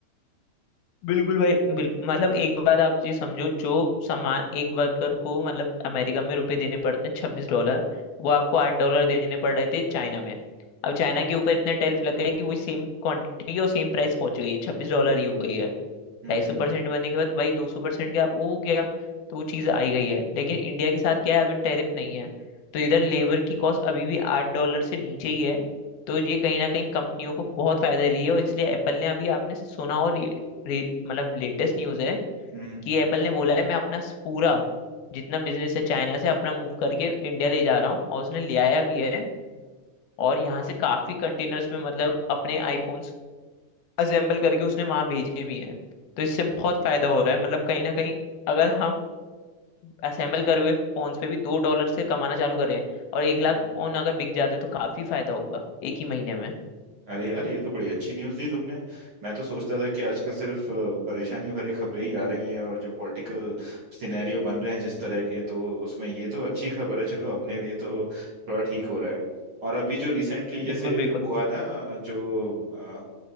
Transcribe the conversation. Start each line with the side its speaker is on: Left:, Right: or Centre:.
Left: बिल्कुल भाई बिल, मतलब एक बात आप ये समझो जो सामान एक वर्कर को मतलब अमेरिका में रुपए देने पड़ते हैं छब्बीस डॉलर वो आपको आठ डॉलर देने पड़ रहे थे चाइना में अब चाइना के ऊपर इतने टैरिफ लग गए कि वही सेम क्वांटिटी और सेम प्राइस पहुंच गई है छब्बीस डॉलर ही हो गई है
Right: हम्म
Left: ढाई सौ
Right: हम्म
Left: परसेंट बनने के बाद भाई दो सौ परसेंट क्या वो हो गया तो वो चीज़ आई गई है लेकिन इंडिया के साथ क्या है अभी टैरिफ नहीं है तो इधर लेबर की कॉस्ट अभी भी आठ डॉलर से नीचे ही है तो ये कहीं ना कहीं कंपनियों को बहुत फायदा दे रही है और इसलिए एप्पल ने अभी आपने सुना और ये- रे- मतलब लेटेस्ट न्यूज़ है
Right: हम्म हम्म।
Left: कि एप्पल ने बोला है मैं अपना स- पूरा जितना बिजनेस है चाइना से अपना मूव करके इंडिया ले जा रहा हूँ और उसने ले आया भी है और यहाँ से काफी कंटेनर्स में मतलब अपने आईफोन असेंबल करके उसने वहां भेजे भी हैं तो इससे बहुत फायदा हो रहा है मतलब कहीं ना कहीं अगर हम असेंबल करे हुए फोन्स पे भी दो डॉलर से कमाना चालू करें और एक लाख
Right: हम्म।
Left: फोन अगर बिक जाते हैं तो काफी फायदा होगा एक ही महीने में
Right: अरे यार ये तो बड़ी अच्छी न्यूज़ दी तुमने मैं तो सोचता था कि आजकल सिर्फ अ, परेशानी भरे खबरें ही आ रही है और जो पॉलिटिकल सिनेरियो बन रहे हैं जिस तरह के तो उसमें ये तो अच्छी खबर है चलो अपने लिए तो थोड़ा ठीक हो रहा है और अभी जो रिसेंटली जैसे
Left: बिल्कुल बिल्कुल
Right: जो हुआ ना जो